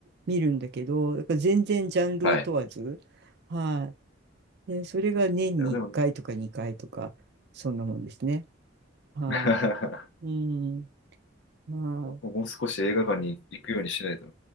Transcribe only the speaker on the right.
見るんだけど、だから全然ジャンルを問わず、
はい。で、それが年に1回とか2回とか、
そんなもんですね。は
い。うん。まあ、